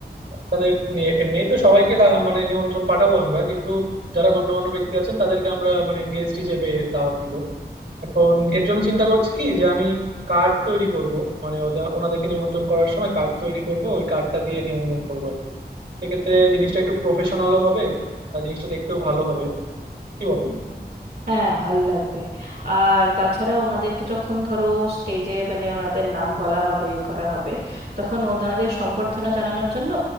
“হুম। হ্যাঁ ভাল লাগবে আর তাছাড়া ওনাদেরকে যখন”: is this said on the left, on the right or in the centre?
Right